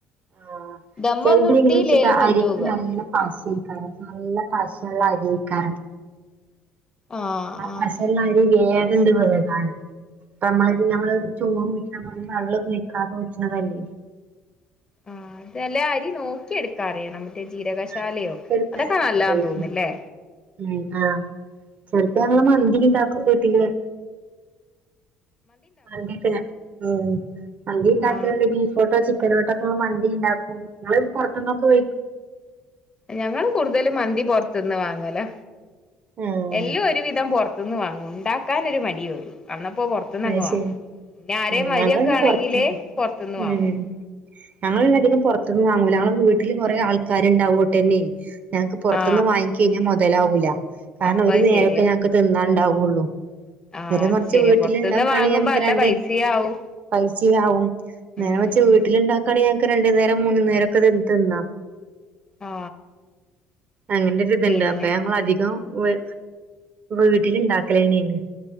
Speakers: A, on the right; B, on the left.
A: ആഹ്
B: ദമ്മൊന്നും
A: ചെലത് എങ്ങനെച്ചിട്ട
B: ഇട്ടീലേലും വെന്ത്
A: അരിക്ക്
B: പോവാ
A: നല്ല പശയ്ക്കാരം നല്ല പാശള്ള അരി അയ്ക്കാരം
B: ആഹ്
A: ആ
B: ആഹ്
A: പശള്ളരി വേഗംണ്ട് വേവാന് ആഹ് നമ്മള് ഇ നമ്മള് ചോറു ഊറ്റ് ണ മാതിരി വെള്ളന്നും ഒഴിക്കാതെ ഊറ്റണതല്ലേ
B: ആഹ് ചെല അരി നോക്കി എടുക്കാനറിയണം ജീരകശാലയോ
A: ആഹ് നോക്കിയെടുക്കാൻ
B: അതൊക്കെ
A: അറിയണ
B: നല്ലാന്ന്
A: അരി
B: തോന്നുന്നില്ലേ
A: ഉം ആഹ് ചെൽപ്പ ഞങ്ങള് മന്തി ഉണ്ടാക്കുമ്പോ ത്തീരെ മന്തി ഒക്കെ ഉം മന്തിണ്ടാക്കല്ണ്ട്
B: ആ
A: ബീഫോണ്ടോ ചി - ക്കനോണ്ടൊക്കെ മന്തിണ്ടാക്കും ങ്ങള് പുറത്തിന്നൊക്കെ വെയ്ക്കും
B: ഞങ്ങള് കൂടുതലും മന്തി പൊറത്ത്ന്ന് വാങ്ങലാ
A: ആഹ്
B: എല്ലാം ഒരുവിധം പൊറ- ത്ത്ന്ന് വാങ്ങും ണ്ടാക്കാനൊരു മടി വരും അന്നപ്പോ പുറത്ത് ത്ത്ന്നങ്ങ്
A: അത്
B: വാങ്ങും
A: ശരി
B: പിന്നെ ആരെങ്കിലും
A: ആഹ്
B: വരോക്കെ
A: ഞങ്ങള് പിന്നെ
B: ആണെങ്കില്
A: പുറത്ത്
B: പുറത്ത്ന്ന്
A: ഉം
B: വാങ്ങും
A: ഞങ്ങള് പിന്നെ അധികം പുറത്തുന്ന് വാങ്ങൂല ഞങ്ങൾ വീട്ടില് കുറെ ആൾക്കാര്ണ്ടാവോ ണ്ടെന്നെ ഞങ്ങക്ക് പുറത്തുന്ന്
B: ആ
A: വാങ്ങി കഴിഞ്ഞാ മൊതലാവൂല്ല കാരണം
B: അപ്പ
A: ഒരു
B: അത്
A: നേരൊക്കെ
B: ശരിയാ
A: ഞങ്ങക്ക് തിന്നാണ്ടാവുള്ളൂ
B: ആ
A: നേരെമറിച്ച്
B: അത് ശരിയാ
A: വീട്ട്
B: പുറത്തുന്ന്
A: ത്ത് ണ്ടാക്കാണെങ്കി
B: വാങ്ങുമ്പോ
A: നമ്മക്ക്
B: നല്ല
A: രണ്ട്
B: പൈസയാവും
A: പൈസിം ആവും നേരെ
B: ഉം
A: മ - റിച്ച്
B: ഉം
A: വീട്ട്ലുണ്ടാക്കാണെങ്കി ഞൾക്ക് രണ്ടു നേരം മൂന്ന് നേരൊക്കെ ഇത് തിന്നാം
B: ആ
A: അങ്ങനെ ഒരു ഇതുണ്ട്
B: പിന്നെ
A: അപ്പൊ ഞങ്ങളധികം വ വീട്ടില് ഇണ്ടാക്കലന്നെആണ്